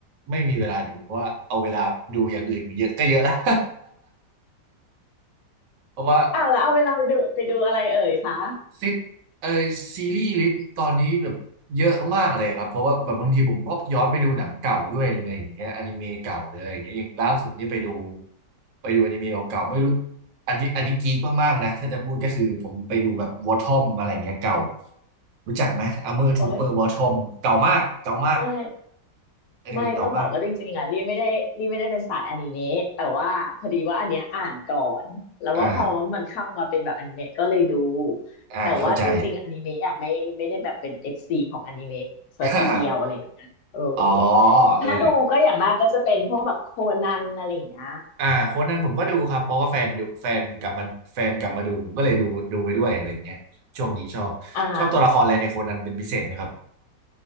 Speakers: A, on the right; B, on the left.
A: ไม่มีเวลาดูเพราะว่าเอาเวลาดูอย่างอื่นเยอะก็เยอะแล้ว <laughs> เพราะว่า
B: อ้าวแล้วเอาเวลาไปดูไปดูอะไรเอ่ยคะ
A: ซิกไอซีรีส์ลิสต์ตอนนี้แบบเยอะมากเลยครับเพราะว่าแบบบางทีผมก็ย้อนไปดูหนังเก่าด้วยอะไรอย่างเงี้ยอนิเมะเก่าหรืออะไรอย่างเงี้ยอย่างล่าสุดนี่ไปดูไปดูอนิเมะเก่าๆไม่รู้อันนี้อันนี้กีกมากๆนะถ้าจะพูดก็คือผมไปดูแบบวอทอมอะไรอย่างเงี้ยเก่ารู้จักไหมอ r เมอร์ทูเปอร์วอทอมเก่ามากเก่ามาก
B: โอ้ยไม่
A: เออเก่ามาก
B: ไม่ต้องบอกว่าจริงๆอ่ะรีไม่ได้รีไม่ได้เป็นสายอนิเมะแต่ว่าพอดีว่าอันเนี้ยอ่านก่อนแล้วว่าพอมันเข้ามาเป็นแบบอนิเมะก็เลยดู
A: อ่าอ่าเข้าใจ
B: แต่ว่าจริงๆอนิเมะอ่ะไม่ไม่ได้แบบเป็นเอฟซีของอนิเมะซะทีเดียวอะไรอย่างเงี้ยโอ้
A: <laughs> อ๋อ
B: ถ้าดูก็อย่างมากก็จะเป็นพวกแบบโคนันอะไรอย่างเงี้ย
A: เออ อ่าโค้ดนั้นผมก็ดูครับเพราะว่าแฟนดูแฟนกลับมาแฟนกลับมาดูผมก็เลยดูดูไปด้วยอะไรอย่างเงี้ยช่วงนี้ชอบชอบตัวละครอะไรในโค้ดนั้นเป็นพิเศษไหมครับ
B: อ่า